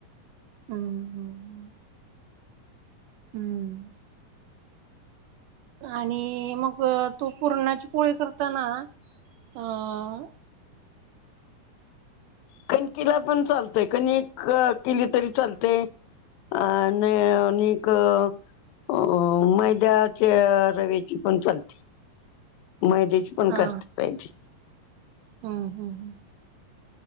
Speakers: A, on the right (about 75°); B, on the left (about 80°).
A: हम्म हम्म हम्म. हम्म. आणि मग तो पूरणाची, पोळी करताना. अं..
B: कणकिला पण चालतंय कणिक केली तरी चालते. अ... न... निक अ मैद्याच्या रव्याची पण चालते. मैद्याची पण
A: हा
B: करते पाहिजे
A: हम्म हम्म हम्